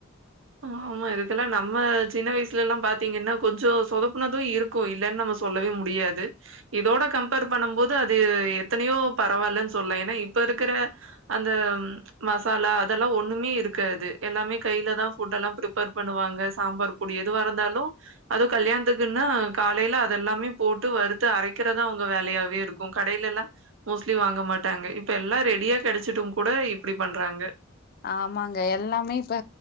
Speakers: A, on the right; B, on the left.
A: ஆமா இதுக்கெல்லா நம்ம சின்ன வயசுலெல்லா பாத்தீங்கன்னா கொஞ்ச சொதப்புனது இருக்கு இல்லன்னு நம்ம சொல்லவே முடியாது இதோட கம்ஃபேர் பண்ணுபோது அது எத்தனையோ பரவாயில்லன்னு சொல்லலா ஏன்னா இப்ப இருக்குற அந்த மசாலா அதெல்லா ஒண்ணுமே இருக்காது எல்லாமே கையிலதா ஃபுட் எல்லா ப்ரிப்ஃபேர் பண்ணுவாங்க சாம்பார் பொடி எதுவா இருந்தாலு அதுவு கல்யாணத்துக்குன்னா காலையில அதெல்லாமே போட்டு வறுத்து அரைக்கிறதா அவுங்க வேலையாவே இருக்கு கடையிலெல்லா மோஸ்ட்லி வாங்க மாட்டாங்க இப்ப எல்லா ரெடியா கெடச்சுடும் கூட இப்புடி பண்றாங்க
B: ஆமாங்க எல்லாமே இப்ப